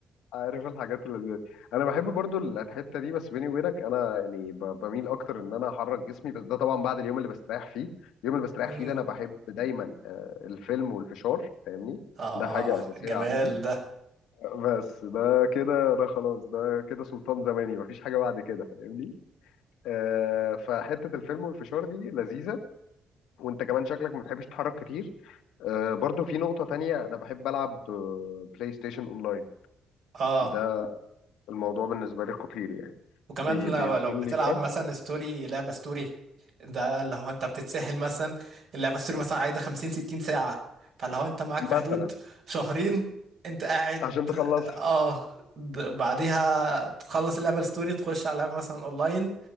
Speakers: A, on the left; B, on the right.
A: عارف الحاجات اللي زي دي انا بحب برضو ال- الحتة دي بس بيني وبينك انا يعني ب- بميل اكتر ان انا احرك جسمي بس ده طبعا بعد اليوم اللي بستريح فيه اليوم اللي بستريح
B: امم
A: فيه ده انا بحب دايما آه، الفيلم والفشار فاهمني
B: اه
A: ده حاجة أساسية
B: جمال
A: عندي
B: ده
A: بس ده كده ده خلاص ده كده سلطان زماني مفيش حاجة بعد كده فاهمني آه فحتة الفيلم والفشار دي لذيذة وانت كمان شكلك ما بتحبش تتحرك كتير آه برضو في نقطة تانية انا بحب العب آه، بلاي ستيشن اونلاين
B: اه
A: ده الموضوع بالنسبة لي خطير يعني
B: وكمان
A: بي-
B: لو
A: بيفصلني
B: لو بتلعب
A: فاهم
B: مثلا ستوري لعبة ستوري ده اللي هو انت بتتسهل مثلا اللعبة ستوري مثلا عايزة 50 60 ساعة فاللي هو انت معاك
A: مثلا
B: في حدود شهرين انت قاعد
A: عشان تخلصها
B: اه د- بعديها تخلص اللعبة الستوري تخش على لعبة مثلا اونلاين